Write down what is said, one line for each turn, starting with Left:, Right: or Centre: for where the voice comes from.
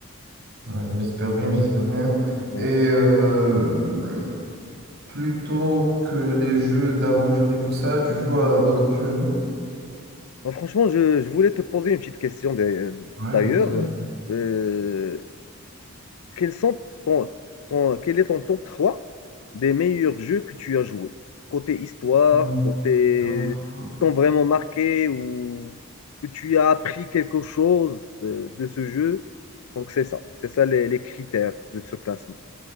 Right: Ouais, j'espère bien, j'espère bien.
Left: Oui.
Right: Et euh, plutôt que les jeux d'aventure et tout ça, tu joues à d'autres jeux, non?
Left: Donc, franchement, je, je voulais te poser une petite question d'a-
Right: Ouais,
Left: d'ailleurs.
Right: bien sûr.
Left: Euh, quels sont ton, ton- quel est ton top 3 des meilleurs jeux que tu as joués? Côté histoire,
Right: Mon
Left: côté
Right: top trois
Left: t'ont vraiment marqué ou que tu as appris quelque chose euh, de, ce jeu. Donc c'est ça, c'est ça les, les critères de ce classement.